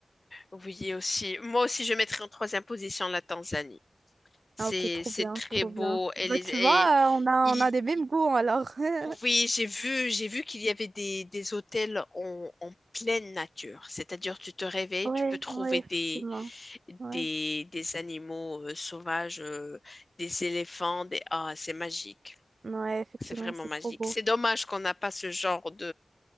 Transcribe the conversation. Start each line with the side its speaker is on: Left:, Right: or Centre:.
Left: Oui, aussi. Moi aussi, je mettrais en troisième position la Tanzanie. C'est,
Right: Ah, ok, trop
Left: c'est
Right: bien,
Left: très
Right: trop
Left: beau.
Right: bien.
Left: Et
Right: Bah,
Left: les,
Right: tu
Left: et
Right: vois, euh, on a,
Left: il,
Right: on a des mêmes goûts alors. <laughs>
Left: oui, j'ai vu, j'ai vu qu'il y avait des, des hôtels en, en pleine nature. C'est-à-dire, tu te réveilles,
Right: Ouais,
Left: tu peux trouver
Right: ouais, effectivement.
Left: des,
Right: Ouais,
Left: des, des animaux euh, sauvages, euh, des éléphants, des... Ah, c'est magique.
Right: ouais, effectivement,
Left: C'est vraiment
Right: c'est
Left: magique.
Right: trop beau.
Left: C'est dommage qu'on n'a pas ce genre